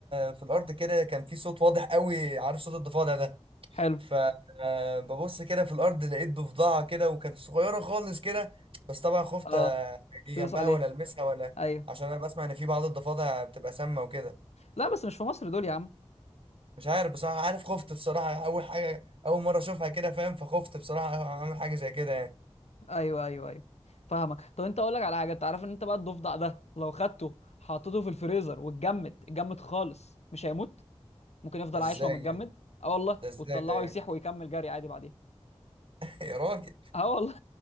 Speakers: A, on the right (about 55°); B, on the left (about 80°).
A: في الأرض كده كان في صوت واضح قوي عارف صوت الضفادع ده
B: حلو
A: فببص كده في الأرض لقيت ضفدعة كده وكانت صغيرة خالص كده بس طبعا خفت
B: اه
A: أجي
B: تدوس
A: جنبها
B: عليها
A: ولا ألمسها ولا
B: ايوه
A: عشان أنا بسمع إن في بعض الضفادع بتبقى سامة وكده
B: لا بس مش في مصر دول يا عم
A: مش عارف بصراحة عارف خفت بصراحة أول حاجة أول مرة أشوفها كده فاهم فخفت بصراحة أعمل حاجة زي كده يعني
B: ايوه ايوه ايوه فاهمك طب انت اقول لك على حاجه انت عارف ان انت بقى الضفدع ده لو خدته حطيته في الفريزر واتجمد اتجمد خالص مش هيموت ممكن يفضل
A: إزاي
B: عايش وهو متجمد
A: يعني
B: اه والله
A: ده إزاي
B: وتطلعه
A: ده يعني
B: يسيح ويكمل جري عادي بعدين
A: <laughs> يا راجل
B: اه والله